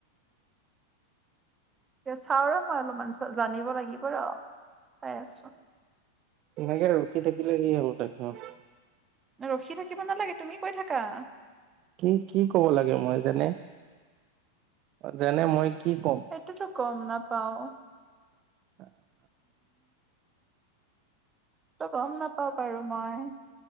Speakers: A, on the right; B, on the right.
A: চাওঁ ৰ মই অলপমান জানিব লাগিব ৰ। চাই আছোঁ।
B: তেনেকে ৰখি থাকিলে কি হ'ব? <unintelligible>
A: ৰখি থাকিব নালাগে তুমি কৈ থাকা।
B: কি, কি ক'ব লাগে মই? যেনে, যেনে মই কি ক'ম
A: এইটোতো গম না পাওঁ।
B: <unintelligible>
A: ত' গম নাপাওঁ বাৰু মই।